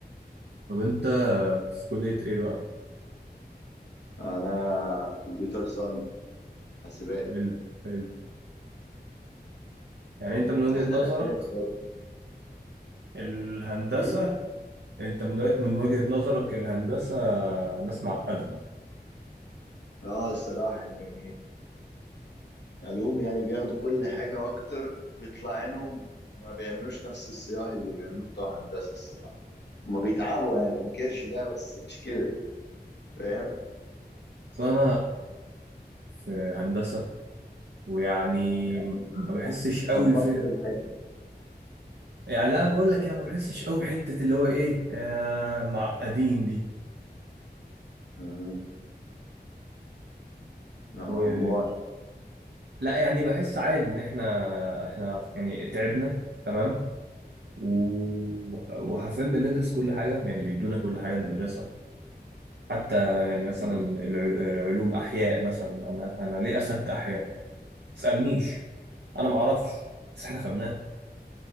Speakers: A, on the right; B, on the left.
A: طب انت في كليه ايه بقى
B: انا في كمبيوتر ساينس حاسبات
A: حلو حلو يعني انت من وجهه
B: احنا
A: نظرك
B: الاساس برضه
A: الهندسه
B: إيه؟
A: انت من من وجهه نظرك الهندسه ناس معقده
B: اه الصراحه يعني علوم يعني بياخدوا كل حاجه واكتر وبيطلع عينهم ما بيعملوش نفس الصياح اللي بيعملوه بتوع هندسه الصراحه ما بيتعبوا يعني ما بنكرش ده بس مش كده فاهم
A: فانا في هندسه ويعني
B: يعني
A: ما بحسش قوي
B: خبطت
A: في
B: في
A: يعني لا أنا بقول لك يعني ما بحسش قوي بحته اللي هو ايه آه معقدين دي
B: الحياه عمال
A: و... لا يعني بحس عادي ان احنا احنا يعني تعبنا تمام و... وحرفيا بندرس كل حاجة يعني بيدونا كل حاجة ندرسها حتى يعني مثلا
B: آه،
A: الع- العلوم أحياء مثلا أنا أنا ليه أخدت أحياء؟ ما تسألنيش أنا ما أعرفش بس إحنا خدناها